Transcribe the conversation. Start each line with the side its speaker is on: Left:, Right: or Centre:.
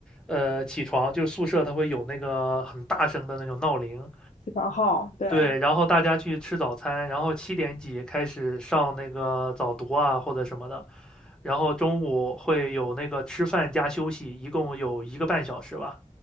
Centre: 呃，起床，就是宿舍它会有那个很大声的那种闹铃，
Left: 起床号，对，
Centre: 对，然后大家去吃早餐，然后七点几开始上那个早读啊或者什么的，然后中午会有那个吃饭加休息，一共有一个半小时吧。